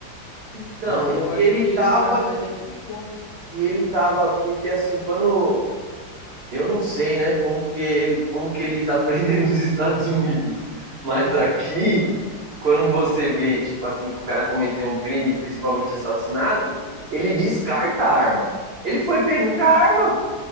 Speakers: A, on the right; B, on the left.
A: Então,
B: E aí
A: e
B: eu
A: ele
B: acho que
A: tava,
B: os caras já identificou.
A: e ele tava, porque assim, quando eu não sei, né, como que ele, como que eles <laughs> aprendem nos Estados Unidos, mas
B: Hum,
A: aqui, quando você vê, tipo assim, que o cara cometeu um crime, principalmente assassinato, ele descarta a arma. Ele foi pego com a arma,